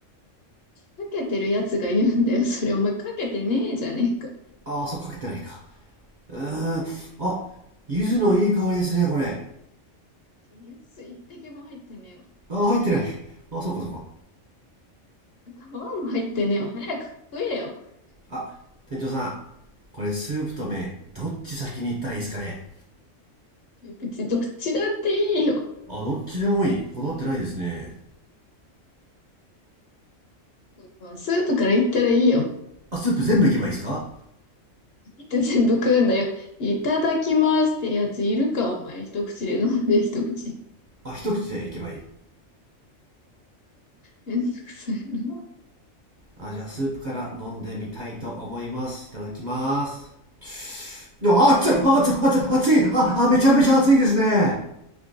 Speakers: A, on the left; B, on the right.
A: かけてるやつが言うんだよ。それお前かけてねえじゃねえか。
B: ああ、そうかけてないか。うーん。あ、柚子のいい香りですね、これ。
A: ニュース一滴も入ってねえわ。
B: ああ、入ってない。ああ、そうかそうか。
A: 皮も入ってねえわ。早く食えよ。
B: あ、店長さん。これスープと麺、どっち先に行ったらいいですかね。
A: 別にどっちだっていいよ。
B: あ、どっちでもいい。こだわってないですね。
A: まあスープからいったらいいよ。
B: あ、スープ全部いけばいいですか
A: って全部食うんだよ。いただきますってやついるか、お前。一口で飲んで一口。
B: あ一口でいけばいい
A: めんどくさいな。
B: あじゃあスープから飲んでみたいと思いますいただきますでもあ熱い熱い熱い熱いああめちゃめちゃ熱いですね